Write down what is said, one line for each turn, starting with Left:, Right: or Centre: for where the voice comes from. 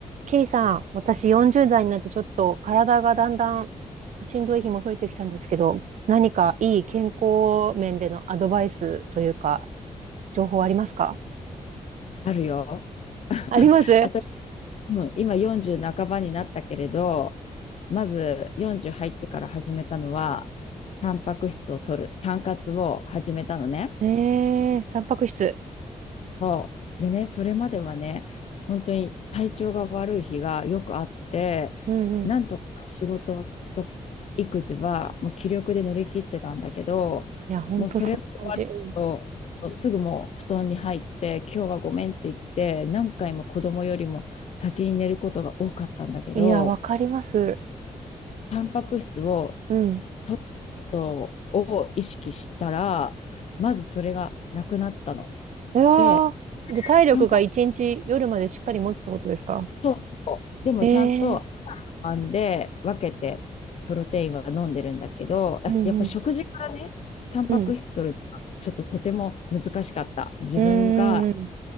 Right: ケイさん、私40代になってちょっと体がだんだんしんどい日も増えてきたんですけど、何かいい健康面でのアドバイスというか、情報ありますか
Left: あるよ。<laughs>
Right: ありますえ
Left: 私、うん今40半ばになったけれど、まず40入ってから始めたのは、タンパク質を取る、タン活を始めたのね。
Right: ー、タンパク質。
Left: そう。でね、それまではね、本当に体調が悪い日がよくあって、
Right: うんうん。
Left: なんとか仕事と育児はもう気力で乗り切ってたんだけど、
Right: いや、ほんとそんな感じ。
Left: もうそれが終わると、
Right: うん
Left: そうすぐもう布団に入って、今日はごめんって言って、何回も子供よりも先に寝ることが多かったんだけど、
Right: いや、わかります。
Left: タンパク質を
Right: うん。
Left: 取ることを意識したら、まずそれがなくなったの。
Right: うわー。
Left: で、
Right: で、体力が一日夜までしっかり持つってことですか
Left: タンパそうそう。でもちゃんと
Right: えー、
Left: 編んで分けてプロテインは飲んでるんだけど、
Right: うんうん。
Left: あやっぱ食事からね、タンパク質取るのがちょっととても難しかった。
Right: うん。
Left: 自分が
Right: うんうん